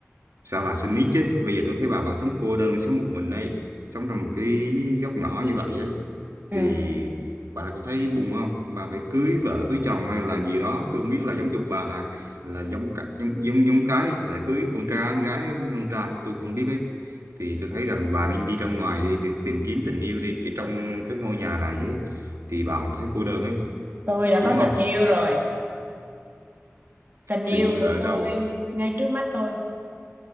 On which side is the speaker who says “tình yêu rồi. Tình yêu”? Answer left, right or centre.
Right